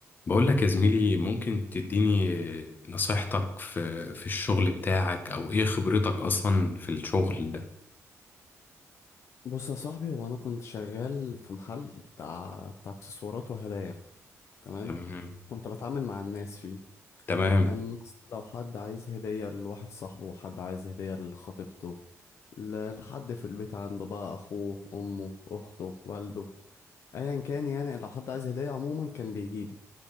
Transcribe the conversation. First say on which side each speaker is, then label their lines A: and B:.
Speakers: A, on the left (about 35°); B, on the left (about 60°).
A: بقول لك يا زميلي ممكن تديني نصيحتك في في الشغل بتاعك او ايه خبرتك اصلا في الشغل ده
B: بص يا صاحبي هو انا كنت شغال في محل بتاع بتاع اكسسوارات وهدايا تمام
A: تمام
B: كنت بتعامل مع الناس فيه
A: تمام
B: كان مثلا لو حد عايز هدية لواحد صاحبه وحد عايز هدية لخطيبته ل- لحد في البيت عنده بقى اخوه امه اخته والده ايا كان يعني لو حد عايز هدية عموما كان بيجيلي